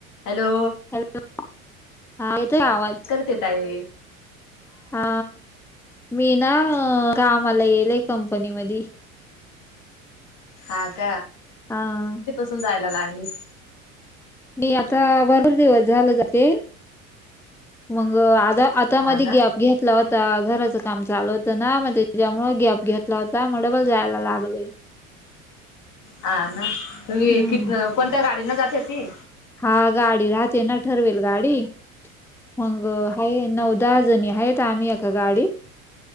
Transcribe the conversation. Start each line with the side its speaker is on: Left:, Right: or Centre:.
Left: Hello
Centre: hello हा येतोय आवाज
Left: ते तई
Centre: हा मी ना कामाला येलय कंपनी मध
Left: आग
Centre: हा
Left: सून जायला लागली
Centre: मी आता भरर देऊ झालं ते मग आता आता
Left: हा
Centre: मध्ये
Left: ना
Centre: गॅप घेतला घराचं काम चालू होतं ना मग त्याच्यामु गॅप घेतला होता मग डबल जायला लागले
Left: हा ना तुम्ही
Centre: हम्म
Left: कती कोणत्या गाडीन जात हो ती
Centre: हा गाडी राहते ना ठरवेल गाडी मग हा नऊ दहा जणी आहेत आम्ही एका गाडी